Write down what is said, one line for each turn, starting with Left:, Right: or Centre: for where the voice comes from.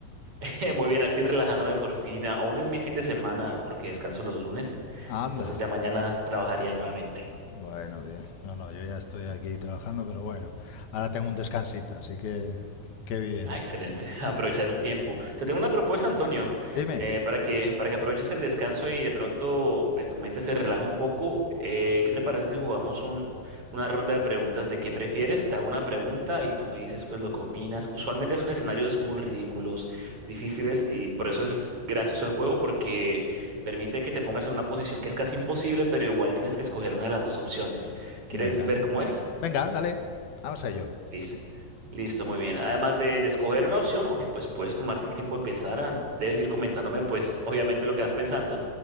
Right: <laughs> Muy bien, aquí relajándome por fin. Aún es mi fin de semana porque descanso los lunes,
Left: Anda.
Right: entonces ya mañana trabajaría nuevamente.
Left: Bueno, bien. No, no, yo ya estoy aquí trabajando, pero bueno. Ahora tengo un descansito, así que qué bien.
Right: Ah, excelente. <laughs> Aprovechar el tiempo. Te tengo una propuesta, Antonio,
Left: Dime.
Right: eh, para que, para que aproveches el descanso y de pronto eh, tu mente se relaja un poco. Eh, ¿qué te parece si jugamos un, una ronda de preguntas de qué prefieres? Te hago una pregunta y tú me dices pues lo que opinas. Usualmente son escenarios muy ridículos, difíciles y por eso es gracioso el juego porque permite que te pongas en una posición que es casi imposible, pero igual tienes que escoger una de las dos opciones. ¿Quieres
Left: Venga.
Right: ver cómo es?
Left: Venga, dale. Vamos a ello.
Right: Listo. Listo, muy bien. Además de, de escoger una opción, aunque pues puedes tomarte el tiempo de pensar, ah, debes ir comentándome pues <laughs> obviamente lo que vas pensando,